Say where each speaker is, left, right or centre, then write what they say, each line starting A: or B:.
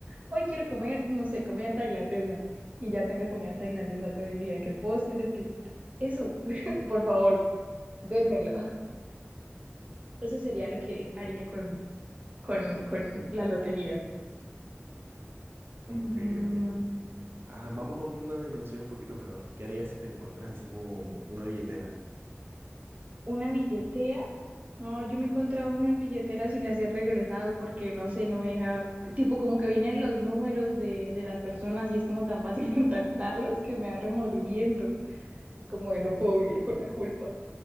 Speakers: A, on the right (about 30°); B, on the right (about 55°).
A: hoy quiero comer, no sé, comida tailandesa, y ya tenga comida tailandesa todo el día, que postres, que eso, <laughs> por favor, dérmelo. Eso sería lo que haría con, con, con la lotería.
B: Ok,
A: Mm,
B: ok. Ah, vamos a una dimensión un poquito menor. ¿Qué harías si te encuentras así como una billetera?
A: una billetera. Ah, yo me he encontrado
B: Mm.
A: unas billeteras y las he regresado porque no sé, no me deja, tipo como que vienen los números de, de las personas y es como tan fácil <laughs> contactarlos que me da remordimiento. Es como de no puedo vivir con la culpa.